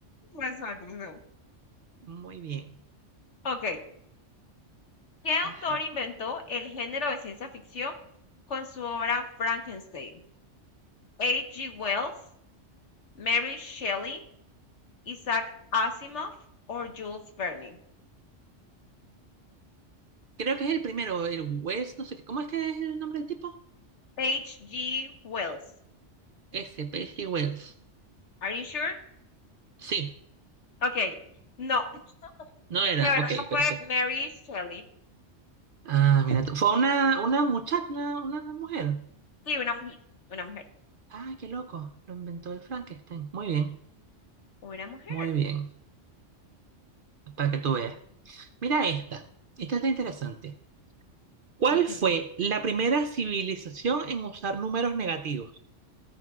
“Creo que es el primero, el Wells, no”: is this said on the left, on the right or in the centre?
Right